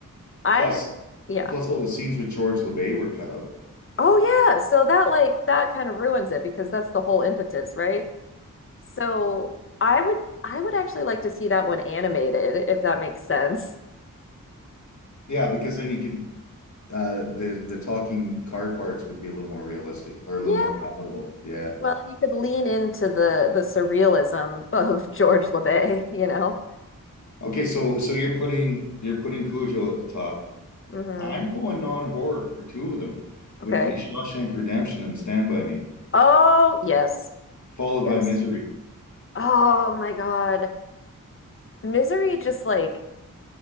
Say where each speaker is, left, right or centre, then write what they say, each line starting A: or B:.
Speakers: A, on the left; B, on the left.
A: I
B: Plus,
A: yeah.
B: plus all the scenes with George LeBay were cut out.
A: Oh yeah, so that like that kind of ruins it because that's the whole impetus, right? So I would I would actually like to see that one animated if that makes sense.
B: Yeah, because then he could uh the the talking car parts would be a little more realistic or a
A: Yeah,
B: little more palatable. Yeah.
A: well, and you could lean into the the surrealism of <laughs> George LeBay, you know.
B: Okay, so so you're putting you're putting Cujo at the top.
A: hmm
B: I'm going non-horror for two of them,
A: Okay.
B: which would be Shawshank Redemption and Stand By Me,
A: Oh, yes.
B: followed
A: Yes.
B: by Misery.
A: Oh my God. Misery just like